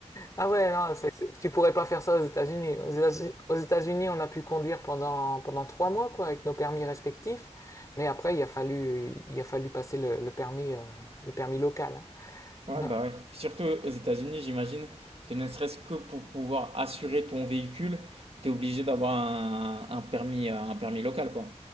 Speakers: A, on the left; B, on the right.
A: Ah ouais, non, c'est- c'est- tu pourrais pas faire ça aux États-Unis. Aux États- aux États-Unis, on a pu conduire pendant pendant trois mois quoi, avec nos permis respectifs. Mais après, il a fallu, il a fallu passer le, le permis, euh, le permis local.
B: Ouais,
A: hein.
B: bah
A: <laughs>
B: ouais. Surtout aux États-Unis, j'imagine que ne serait-ce que pour pouvoir assurer ton véhicule, tu es obligé d'avoir un, un permis, euh, un permis local, quoi.